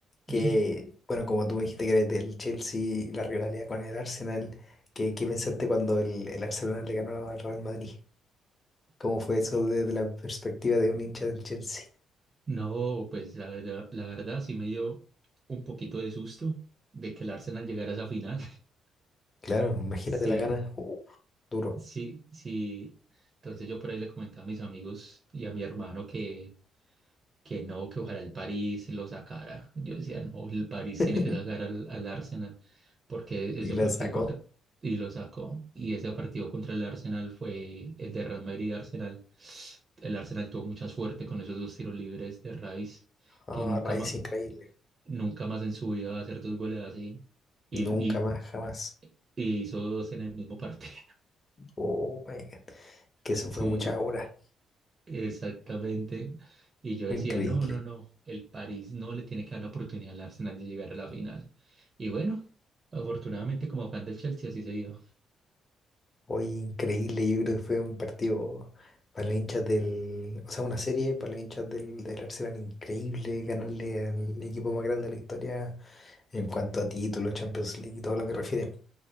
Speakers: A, on the left; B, on the right.
A: que
B: <laughs> Dime.
A: bueno, como tú me dijiste que eres del Chelsea y la rivalidad con el Arsenal, ¿qué, qué pensaste cuando el, el Arsenal le ganó al Real Madrid? ¿Cómo fue eso desde la perspectiva de un hincha del Chelsea?
B: No, pues la verdad, la verdad sí me dio un poquito de susto de que el Arsenal llegara a esa final. <laughs>
A: Claro, imagínate
B: Sí,
A: la gana, uh, duro.
B: sí, sí. Entonces yo por ahí le comentaba a mis amigos y a mi hermano que que no, que ojalá el París lo sacara. Yo decía, no, el París
A: <laughs>
B: tiene que sacar al, al Arsenal, porque
A: Y
B: ese
A: la
B: partido
A: sacó.
B: contra, y lo sacó, y ese partido contra el Arsenal fue el de Real Madrid y Arsenal. El Arsenal tuvo mucha suerte con esos dos tiros libres de Rice,
A: Ah,
B: que nunca
A: raíz
B: más,
A: increíble.
B: nunca más en su vida va a hacer dos goles así, y,
A: Nunca
B: y,
A: más, jamás.
B: y hizo dos en el mismo partido.
A: Oh my God. Que eso
B: <laughs> Sí.
A: fue mucha aura.
B: Exactamente. Y yo
A: Fue
B: decía,
A: increíble.
B: no, no, no, el París no le tiene que dar la oportunidad al Arsenal de llegar a la final. Y bueno, afortunadamente como fan del Chelsea así se dio.
A: Hoy increíble. Yo creo que fue un partido para los hinchas del. O sea, una serie para los hinchas del, del Arsenal increíble. Ganarle al equipo más grande de la historia en cuanto a títulos, Champions League y todo lo que refiere.